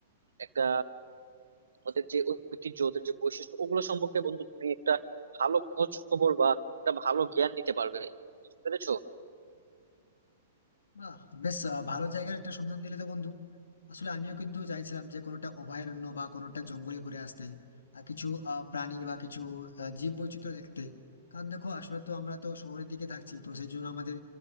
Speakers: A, on the right; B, on the left.
A: একটা ওদের যে ঐতিহ্য ওদের যে বৈশিষ্ট্য ওগুলো সম্পর্কে বন্ধু তুমি একটা ভালো খোঁজ খবর বা একটা ভালো জ্ঞান নিতে পারবে বুঝতে পেরেছো
B: বাহ! বেশ আ ভালো জায়গার একটা সন্ধান দিলে তো বন্ধু। আসলে আমিও কিন্তু চাইছিলাম যে কোনোটা অভয়ারণ্য বা কোনোটা জঙ্গলে ঘুরে আসতে। আর কিছু আ প্রাণী বা কিছু আ জীববৈচিত্র্য দেখতে। কারণ দেখো আসলে তো আমরা তো শহরের দিকে থাকছি। তো সেই জন্য আমাদের